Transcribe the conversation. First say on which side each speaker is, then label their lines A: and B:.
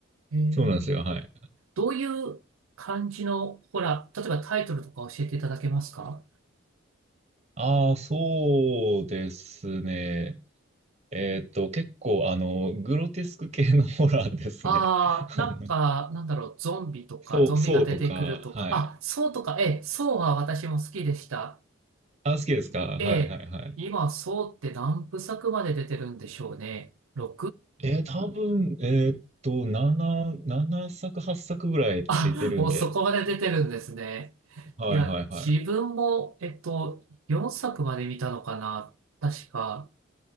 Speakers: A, on the right (about 80°); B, on the right (about 30°).
A: ええ、
B: そうなんですよ。はい。
A: どういう感じのホラー、例えばタイトルとか教えていただけますか
B: ああ、そうですね。えっと、結構あの、グロテスク系のホラーですね。
A: ああー、
B: <laughs>
A: なんか、
B: あの
A: なんだろう、ゾンビとか、
B: そう、
A: ゾンビが出てくるとか、
B: そうとか、はい。
A: あ、そうとか、ええ、そうは私も好きでした。
B: あ、好きですかはいはいはい。
A: ええ、今、そうって何部作まで出てるんでしょうね。の
B: えー、多分、えーっと、7、7作、8作ぐらいって出てるんじゃないですかね。
A: あ、もうそこまで出てるんですね。
B: はいはいはい。
A: いや、自分も、えっと、4作まで見たのかな確か、